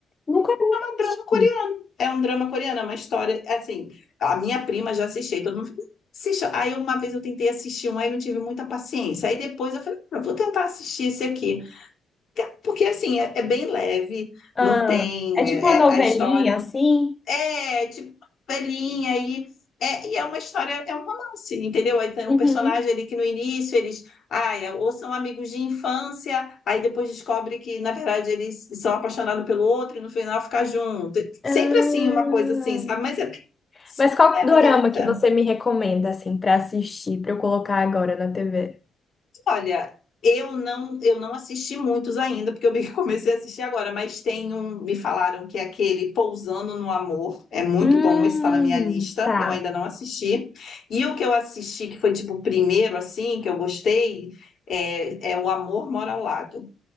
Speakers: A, on the left; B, on the left.
A: Nunca
B: um drama
A: assisti.
B: coreano. É um drama coreano, é uma história. Assim, a minha prima já assistiu, todo mundo assistiu. Aí uma vez eu tentei assistir um, aí não tive muita paciência. Aí depois eu falei, "Ah, vou tentar assistir esse aqui. Porque assim, é, é bem leve,
A: Ah,
B: não tem.
A: é tipo
B: é-
A: uma novelinha
B: é, a história
A: assim?
B: é, tipo, velhinha aí. É, e é uma história, é um romance, entendeu? Aí tem
A: Uhum.
B: um personagem ali que no início eles, ai, é, ou são amigos de infância, aí depois descobre que, na verdade, eles são apaixonados pelo outro e no final ficar junto. Sempre
A: Ah.
B: assim, uma coisa assim, sabe? Mas é,
A: Mas qual
B: é
A: dorama
B: legal.
A: que
B: é.
A: você me recomenda, assim, pra assistir, pra eu colocar agora na TV?
B: Olha, eu não, eu não assisti muitos ainda, porque eu me- <laughs> comecei a assistir agora, mas tem um, me falaram que é aquele Pousando no Amor, é muito
A: Hum,
B: bom, esse está na minha lista,
A: tá.
B: eu ainda não assisti. E o que eu assisti, que foi tipo o primeiro, assim, que eu gostei, é, é O Amor Mora ao Lado.